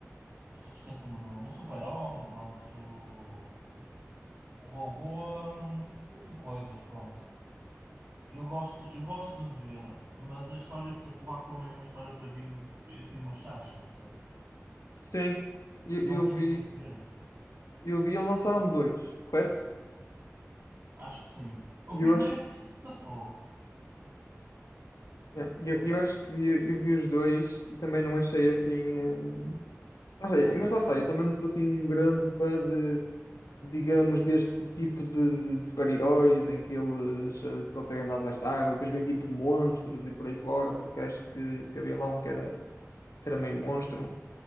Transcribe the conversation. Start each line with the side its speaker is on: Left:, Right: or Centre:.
Right: esquece-me o nome, o Super-Homem, pronto, o, o Robô, esse tipo de coisas, pronto. Eu gosto, eu gosto de ver, mas a história, por exemplo, o Aquaman, a história para mim, fica assim uma chacha, percebes?
Left: sim, eu,
Right: Não
Left: eu
Right: gostei
Left: vi,
Right: muito de ver.
Left: eu vi, eles lançaram dois, correto?
Right: Acho que sim. O
Left: E
Right: primeiro
Left: eu acho,
Right: é que safou,
Left: yeah, eu,
Right: eu
Left: eu
Right: acho.
Left: acho que vi- eu, vi os dois e também não achei assim, eh, não
Right: Ah,
Left: sei, mas lá está, eu também não sou assim um grande fã de digamos, deste tipo de de super-heróis em que eles eh, conseguem andar debaixo da água e depois vem tipo monstros e por aí fora, porque acho que, que havia lá um que era, que era meio monstro,